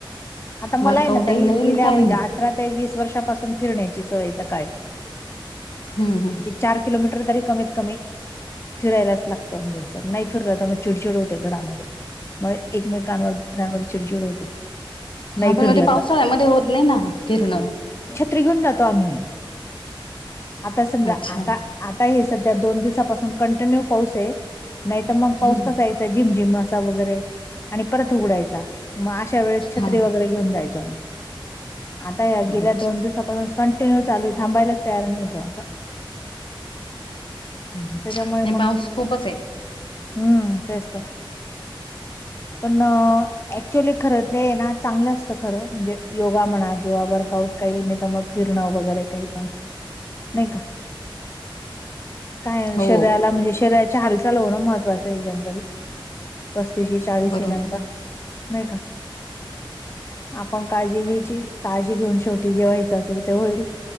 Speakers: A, on the left; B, on the left.
A: आता मला
B: वर्कआउटही
A: आहे ना ताई,
B: नाही
A: गेल्या
B: काही
A: म्हणजे
B: नाही
A: अठरा ते वीस वर्षापासून फिरण्याची सवय आये, सकाळी.
B: हम ह्.
A: ते चार किलोमीटर तरी कमीत कमी फिरायलाच लागतं, म्हणजे असं नाही फिरलं तर मग चिडचिड होते घरामध्ये. मग एकमेकांवर, दुसऱ्यांवर चिडचिड होते. नाही
B: हां, पण
A: फिरलं
B: म पावसाळ्यामध्ये
A: तर
B: होत नाही ना फिरणं.
A: त्री घिऊन जातो आम्ही, आता समजा,
B: अच्छा
A: आता आता हे सध्या दोन दिवसापासून कंटिन्यू पाऊस आहे, नाही तर मग पाऊस
B: हम्म
A: कसा आहे जिमजिम असा वगैरे, आणि परत उगडायचा, म अशा वेळेस छ
B: हा
A: जायचं. आता या गेल्या
B: अच्छा
A: दोन दिवसा पासून कंटि्यू चालू थांबायलाच तयार नाही येतो, असं.
B: हम्म.
A: <inaudible> त्याच्यामुळे
B: नाही
A: मग,
B: पाऊस खूपच आहे
A: हम्म, तेच तर. पण, ऍक्च्युअली खरंच ते ना चांगलं असतं खरं, म्हणजे योगा म्हणा, किंवा वर्कआउट, काही नाही त्या मग फिरणं वगैरे काही पण. नाही का? <inaudible> काय,
B: हो
A: शरीराला म्हणजे शरीराच्या हालचाल होणं महत्त्वाचं आहे जनरली. पस्तीशी, चाळीसी
B: बरोबर
A: नंतर,
B: आहे
A: नाही का. आपण काळजी घ्यायची, काळजी घेऊन शेवटी जे व्हायच असेल ते होईल.